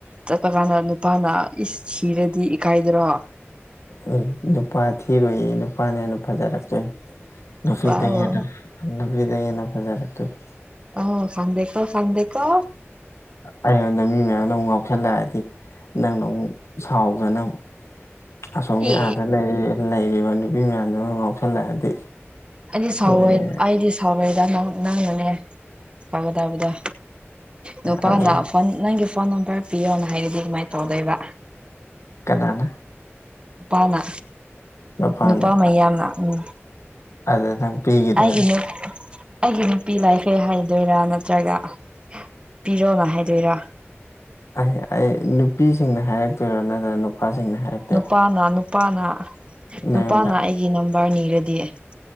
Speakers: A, on the right; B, on the left.
A: ꯆꯠꯄ ꯀꯥꯟꯗ ꯅꯨꯄꯥꯅ ꯏꯁ ꯁꯤꯔꯗꯤ ꯏꯀꯥꯏꯗꯔꯣ
B: ꯑꯩ ꯅꯨꯄꯥ ꯊꯤꯕꯌꯦ ꯅꯨꯄꯥꯅ ꯍꯦꯟꯅ ꯐꯖꯔꯛꯇꯣꯏꯅꯦ ꯅꯨꯄꯤꯗꯒꯤ
A: ꯋꯥꯎ
B: ꯍꯦꯟꯅ꯫ ꯅꯨꯄꯤꯗꯒꯤ ꯍꯦꯟꯅ ꯐꯖꯔꯛꯇꯣꯏꯕ
A: ꯑꯣ ꯈꯪꯗꯦꯀꯣ ꯈꯪꯗꯦꯀꯣ
B: ꯑꯩꯉꯣꯟꯗ ꯃꯤ ꯃꯌꯥꯝꯅ ꯑꯃꯨꯛ ꯉꯥꯎꯁꯜꯂꯛꯑꯗꯤ ꯅꯪꯅ ꯑꯃꯨꯛ ꯁꯥꯎꯗꯅ ꯑꯃꯨꯛ꯫ ꯑꯁꯣꯝꯒꯤ
A: ꯑꯦ
B: ꯑꯥꯗ ꯂꯩꯔꯤꯕ ꯅꯨꯄꯤ ꯃꯌꯥꯝꯗꯨꯅ ꯉꯥꯎꯁꯜꯂꯛꯑꯗꯤ
A: ꯑꯩꯗꯤ ꯁꯥꯎꯔꯣꯏ-
B: ꯂꯣꯏꯔꯦ
A: ꯑꯩꯗꯤ ꯁꯥꯎꯔꯣꯗ ꯅꯪ ꯅꯥꯅꯦ ꯁꯥꯎꯒꯗꯕꯗꯤ꯫ ꯅꯨꯄꯥꯅ
B: ꯑꯗꯨ
A: ꯐꯣꯟ ꯅꯪꯒꯤ ꯐꯣꯟ ꯅꯝꯕꯔ ꯄꯤꯌꯣꯅ ꯍꯥꯏꯔꯗꯤ ꯀꯃꯥꯏꯅ ꯇꯧꯗꯣꯏꯕ
B: ꯀꯦꯅꯥꯗꯥ
A: ꯄꯅꯥ
B: ꯅꯨꯄꯥꯅ
A: ꯅꯨꯄꯥ ꯃꯌꯥꯝꯅ ꯎꯝ
B: ꯑꯗꯨ ꯅꯪ ꯄꯤꯈꯤꯗꯣꯏꯔꯥ
A: ꯑꯩꯒꯤꯅꯨ ꯑꯩꯒꯤ ꯅꯨꯄꯤ ꯂꯥꯏꯈꯔꯦ ꯍꯥꯏꯗꯣꯏꯔꯥ ꯅꯠꯇ꯭ꯔꯒ ꯄꯤꯔꯣꯅ ꯍꯥꯏꯗꯣꯏꯔꯥ?
B: ꯑꯩ ꯑꯩ ꯅꯨꯄꯤꯁꯤꯡꯅ ꯍꯥꯏꯔꯛꯇꯣꯏꯔꯣ ꯅꯠꯇ꯭ꯔꯒ ꯅꯨꯄꯥꯁꯤꯡꯅ ꯍꯥꯏꯔ
A: ꯅꯨꯄꯥꯅ ꯅꯨꯄꯥꯅ
B: ꯅꯉꯣꯟꯗ
A: ꯅꯨꯄꯥꯅ ꯑꯩꯒꯤ ꯅꯝꯕꯔ ꯅꯤꯔꯗꯤ